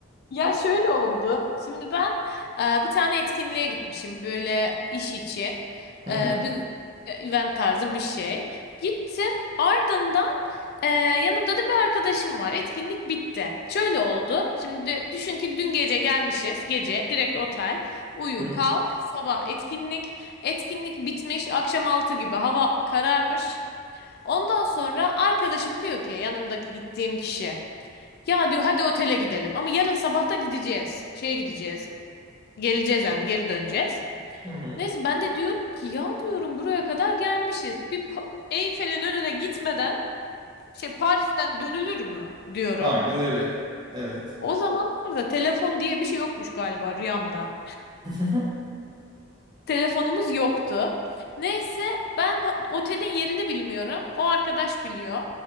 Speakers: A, on the left; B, on the right.
A: Ya şöyle oldu. Şimdi ben e, bir tane etkinliğe gitmişim böyle iş için.
B: Hı
A: E,
B: hı,
A: bir e, event tarzı bir şey. Gittim. Ardından e, yanımda da bir arkadaşım var. Etkinlik bitti. Şöyle oldu. Şimdi düşün ki dün gece gelmişiz. Gece direkt otel. Uyu
B: hı hı,
A: kalk. Sabah etkinlik. Etkinlik bitmiş. Akşam 6 gibi hava kararmış. Ondan sonra arkadaşım diyor ki yanımdaki gittiğim kişi. Ya diyor hadi otele gidelim ama yarın sabah da gideceğiz. Şeye gideceğiz. Geleceğiz yani geri döneceğiz.
B: hı hı.
A: Neyse ben de diyorum ki ya diyorum buraya kadar gelmişiz. Bir Pa- Eyfel'in önüne gitmeden şey Paris'ten dönülür mü diyorum.
B: Aynen öyle. Evet.
A: O zamanlarda telefon diye bir şey yokmuş galiba rüyamda.
B: <laughs>
A: Telefonumuz yoktu. Neyse ben pa- otelin yerini bilmiyorum. O arkadaş biliyor.